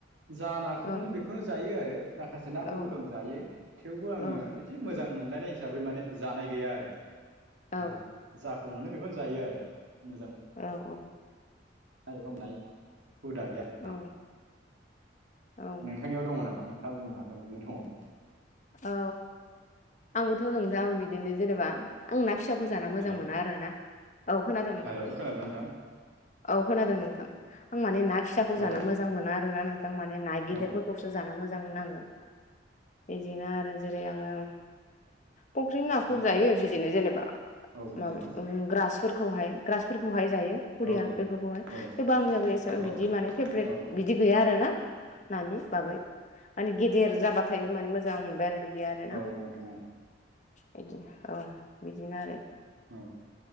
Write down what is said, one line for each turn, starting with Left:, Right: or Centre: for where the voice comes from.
Right: जा नाखौ
Left: औ
Right: मोनो बेखौनो जायो आरो माखासे नाफोरबो
Left: औ
Right: दं जायो थेवबो आङो
Left: औ
Right: बिदि मोजां मोन <unintelligible> मोजां मोननाय हिसाबै माने जानाय गैया आरो
Left: औ
Right: जायखौ मोननो बेखौ जायो आरो मोजां
Left: औ औ।
Right: नायनो बानाय हुदा गैया
Left: औ
Right: आरो ना।।
Left: औ
Right: नोंथांनियाव दङ नामा नोंथाङा बुंनो हागोन जुदि दंङब्ला?
Left: औ आंबोथ' नोंथां बिदिनो जेनेबा आं ना फिसाखौ जानो मोजां
Right: हेलौ
Left: मोना आरो ना औ खोनादों नोंथां।
Right: हेलौ खोनादों नोंथां
Left: औ खोनादों नोंथां आं माने ना फिसाखौ
Right: औ
Left: जानो मोजां मोना आरोना नोंथ थारमाने ना गिदिरफोरखौसो
Right: औ
Left: जानो मोजां नांङो। बिदिनो आरो जेरै आंङो फुख्रिनि नाखौ
Right: औ
Left: जायो बिदिनो जेनेबा
Right: औ बुं
Left: मा
Right: नोंथां
Left: ग्रास फोर खौहाय ग्रासफोरखौहाय जायो खुरिया
Right: औ औ
Left: बेफोरखौहाय
Right: औ
Left: थेवबो आंनियाव बो ऐसेबां
Right: औ
Left: बिदि माने फेभरेट
Right: औ औ
Left: बिदि गैया आरोना। नानि बागै माने गेदिर जाबाथायनो माने मोजां मोनबाय आरो बिदि बिदि आरोना
Right: औ औ औ खोनादों औ
Left: बिदि। औ बिदिनो आरो।
Right: औ